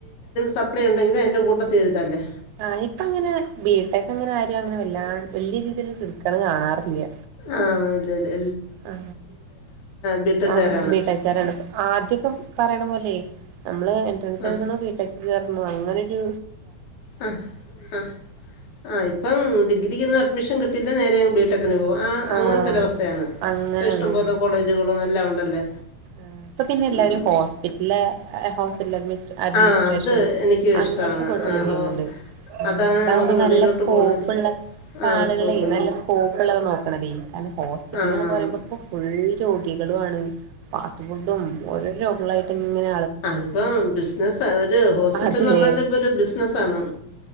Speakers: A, on the left (about 75°); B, on the right (about 80°).
A: സപ്ലൈ ഉണ്ടെങ്കിൽ അതിന്റെ കൂട്ടത്തി എഴുതല്ലേ
B: ആ ഇപ്പ അങ്ങനെ ബിടെക് അങ്ങനെ ആരും അങ്ങനെ വല്ലാ വല്യയ രീതിയിൽ എടുക്ക കാണാറില്ല
A: ആ ഇല്ല ല്ലേ
B: ആ
A: ബിടെക്കുകാരാണ്
B: ആ ബീടെക്ക്ക്കാരാണ് ആദ്യൊക്കെ പറയണ പോലെ നമ്മള് എൻട്രൻസ്
A: ആഹ്
B: എഴുതണോ ബീടെക്ക്കയറോ അങ്ങനെരു
A: ആ ആ ആ ഇപ്പം ഡിഗ്രിക്ക്കൊന്നും അഡ്മിഷൻ കിട്ട- അ നേരയങ്ങ് ബിടെക്കിന് പോകും ആ
B: ആഹ്
A: അങ്ങനത്തെരവസ്ഥയാണ്
B: അങ്ങനെയുള്ളൂ
A: ഇപ്പോൾ ഇഷ്ടം പോലെ കോളേജുകളും എല്ലാം ഉണ്ടല്ലേ
B: ആ ഇപ്പ പിന്നെല്ലാരും
A: ഉം
B: ഹോസ്പിറ്റല് അല്ല ഹോസ്റ്റ ഹോസ്പിറ്റൽ അഡ്മിനിസ്ട്രേഷൻ
A: ആ അത് എനിക്കും
B: അങ്ങനത്തെ
A: ഇഷ്ടമാണ്
B: കോഴ്സുകൾ
A: ആ
B: ചെയ്യുന്നുണ്ട്
A: ഹോ
B: ഉം
A: അതാണ്
B: ഇതാകുമ്പ
A: നമുക്ക് വെളിയിലോട്ട്
B: നല്ല സ്കോപ്പ്
A: പോണേലും
B: ഉള്ള
A: ആ
B: ആളുകളേ
A: സ്കോപ്പുണ്ട്
B: നല്ല സ്കോപ്പ്ള്ളത് നോക്ക അതെ ഹോസ്പിറ്റൽ
A: ആണാണ്
B: എന്ന് പറയുമ്പോ ഇപ്പൊ ഫുൾ രോഗികളും ആണ് ഫാസ്റ്റ് ഫുഡും ഓരോ രോഗങ്ങളായിട്ടും ഇങ്ങന
A: അതിപ്പോ ബിസിന ഒരു ഹോസ്പിറ്റലന്ന്
B: അതെ
A: പറഞ്ഞാല് ഇപ്പൊ ഒരു ബിസിനസ് ആണ്